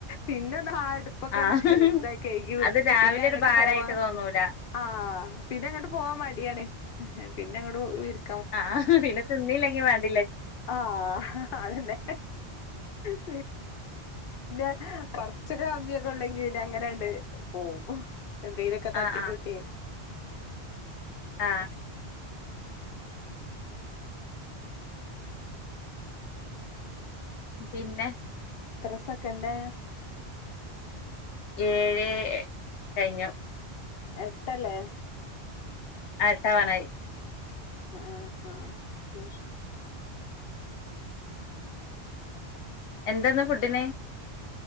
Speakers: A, on the left (about 60°); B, on the left (about 90°).
A: പിന്നെ ഒന്ന് ഹാ ഉപ്പൊക്കന്ന്
B: ആഹ്
A: ന്താ കയ്കി വിർത്തിക്
B: അത് രാവിലെ
A: പിന്നെ
B: ഒരു
A: ങ്ങട്ട്
B: ഭാരായിട്ട്
A: പോവാ
B: തോന്നൂല
A: ആ പിന്നെ അങ്ങട്ട് പോവാ മടിയാണ് പിന്നെ അങ്ങ്ട് ഹവ
B: ആഹ് പിന്നെ തിന്നില്ലങ്കി <unintelligible>
A: ആ ഹാ അതന്നെ പി പിന്നെ കൊറച്ചൊക്കെ കമ്മിയൊക്കെണ്ടെങ്കി പിന്നെ അങ്ങനാണ്ട് പോവും എന്തയിലൊക്കെ
B: ആഹ്
A: തട്ടിക്കൂട്ടിയെ
B: ആ പിന്നെ
A: ത്ത്രസൊക്കെണ്ട്
B: ഏഴ് കഴിഞ്ഞു.
A: എട്ടല്ലേ?
B: ആ എട്ടാവാനായി.
A: ആഹ് ആഹ് ഉം
B: എന്താന്ന് ഫുഡിന്?